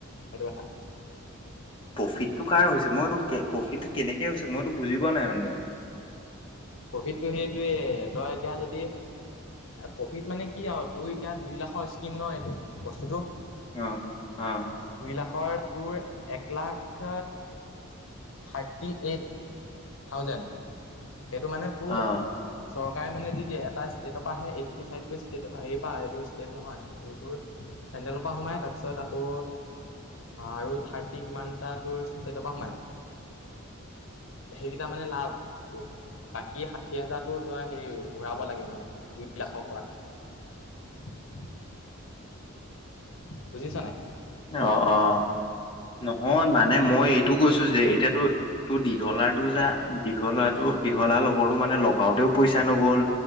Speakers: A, on the left (about 65°); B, on the left (about 25°).
A: হেইটো কথা।
B: প্ৰফিটটো কাৰ হৈছে মইতো প্ৰফিটটো কেনেকে হৈছে মইতো বুজি পোৱা নাই মানে
A: প্ৰকিৃতটো সেইটোৱেই তই এতিয়া যদি প্ৰফিট মানে কি আৰু তোৰ এতিয়া দুই লাখৰ স্কিম ন এইটো বস্তুটো।
B: অ' অ'।
A: দুই লাখৰ টুৰ এক লাখ থাৰ্টি এইট থাউজেণ্ড সেইটো মানে টুৰ
B: অ',
A: চৰকাৰে মানে দি দিয়ে এটা ষ্টেটৰ পৰা আহে এইটি ফাইভ ট ষ্টেট হেপ এইটো ষ্টেট নহয় এইটোটোৰ চেণ্ডেলৰ পৰা সোমাই, তাৰ পিছত আকৌ আৰু থাৰ্টি কিমানটা তোৰ ষ্টেটৰ পৰা সোমাই, সেই সেইকেইটা মানে লাভ। বাকী ষাঠি হাজাৰতটো তই সেই ঘূৰাব লাগে মানে, দুই লাখৰ পৰা। <inaudible> বুজিছ নাই?
B: অ' অ ', নহয়
A: আৰু
B: মানে
A: বাকী
B: মই এইটো কৈছোঁ যে, এতিয়াতো টো দি ডলৰটো যা দীঘলাটো, দীঘলাৰ লগৰো মানে লগাওঁতেও পইচা নগ'ল